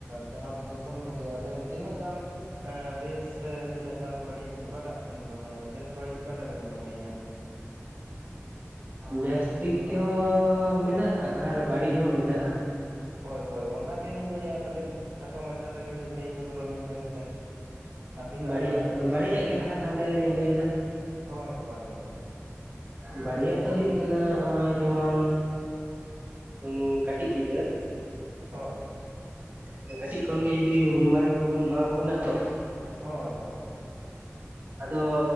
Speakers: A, on the right; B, on the right.
A: ᱡᱟᱦᱟᱸ ᱫᱚ ᱥᱳᱥᱟᱞ ᱢᱤᱰᱤᱭᱟ ᱟᱵᱮᱱ ᱛᱤᱱᱟᱹᱜ ᱜᱟᱱ ᱦᱮᱸ ᱵᱮᱥ ᱛᱤᱱᱟᱹᱜ ᱜᱟᱱ ᱵᱟᱹᱲᱤᱡ ᱚᱠᱟᱴᱟᱜ ᱵᱤᱱ ᱢᱚᱱᱮᱭᱟ ᱵᱮᱥ ᱵᱟᱹᱲᱤᱡ ᱚᱠᱟᱴᱟᱜ ᱵᱤᱱ ᱢᱚᱱᱮᱭᱟ
B: ᱵᱮᱥ ᱫᱤᱠ ᱛᱮᱦᱚᱸ ᱢᱮᱱᱟᱜᱼᱟ ᱟᱨ ᱵᱟᱹᱲᱤᱡ ᱦᱚᱸ ᱢᱮᱱᱟᱜᱼᱟ᱾
A: ᱦᱳᱭ ᱦᱳᱭ ᱚᱱᱟ ᱜᱮᱞᱤᱧ ᱞᱟᱹᱭᱮᱫᱼᱟ ᱠᱟᱹᱴᱤᱡ ᱠᱷᱟᱴᱚ ᱢᱟᱪᱷᱟᱛᱮ ᱠᱟᱹᱴᱤᱡ ᱞᱟᱹᱭ ᱥᱚᱫᱚᱨ ᱟᱹᱞᱤᱧ ᱵᱮᱱ ᱥᱮ ᱟᱹᱵᱤᱱᱟᱜ
B: ᱵᱟᱹᱲᱤᱡᱟᱜ
A: ᱨᱟᱭ ᱟᱹᱵᱤᱱᱟᱜ
B: ᱵᱟᱹᱲᱤᱡᱟᱜ ᱜᱮ ᱞᱟᱦᱟ ᱛᱟᱦᱞᱮ ᱞᱤᱧ ᱞᱟᱹᱭᱫᱟ᱾
A: ᱦᱳᱭ ᱦᱳᱭ ᱦᱳᱭ
B: ᱵᱟᱹᱲᱤᱡ ᱫᱚ ᱦᱩᱭᱩᱜ ᱠᱟᱱᱟ ᱱᱚᱜᱼᱚᱭ ᱡᱮᱢᱚᱱ ᱩ ᱠᱟᱹᱴᱤᱡ ᱜᱤᱫᱽᱨᱟᱹ
A: ᱦᱳᱭ
B: ᱦᱮ ᱠᱟᱹᱴᱤᱡ ᱠᱷᱚᱱ ᱜᱮ ᱡᱩᱫᱤ ᱢᱳᱵᱟᱭᱤᱞ ᱠᱚᱵᱚᱱ ᱮᱢᱟᱠᱚ ᱠᱟᱱᱟ ᱛᱚ
A: ᱦᱳᱭ ᱦᱳᱭ
B: ᱟᱫᱚ